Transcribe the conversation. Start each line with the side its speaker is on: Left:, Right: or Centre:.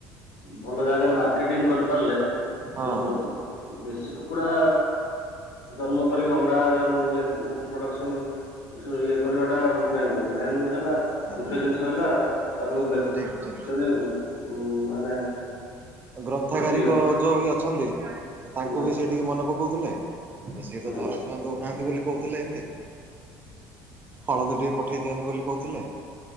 Left: ଭଲ ଜାଗାରେ ମାର୍କେଟିଂ କରିପାରିଲେ। ନ
Right: ହଁ
Left: ବହୁତ
Right: ହଁ
Left: ବନ୍ଦ। ଦେଶୀ କୁକୁଡା ଜନ୍ମ କରିକି ଅଣ୍ଡା ଜନ୍ମ ୟାକୁ ପ୍ରଡକ୍ସନ୍ ଇଏ କରିବା ଟା ମ ମେନ୍ ନୁହଁ ସେନ ହେଲା ମୁଖ୍ୟ
Right: ନି
Left: ଜିନିଷ ହେଲା ତାକୁ ବେ
Right: ଠିକ ଠିକ
Left: ମାନେ ଉ ମାନେ
Right: ଗ୍ରନ୍ଥଗାରିକ
Left: ବିକ୍ରି ହଉ
Right: ଯୋଉ ବି ଅଛନ୍ତି ତାଙ୍କୁ
Left: ହୁଁ
Right: ବି ସେ ଟିକେ ମନେ ପକାଉଥିଲେ। ସିଏ
Left: ହୁଁ
Right: ତ ଧରା ଛୁଆ ଦଉନାହାନ୍ତି ବୋଲି କହୁଥିଲେ ଏମିତି। ହଳଦୀ ଟିକେ ପଠେଇ ଦିଅନ୍ତୁ ବୋଲି କହୁଥିଲେ।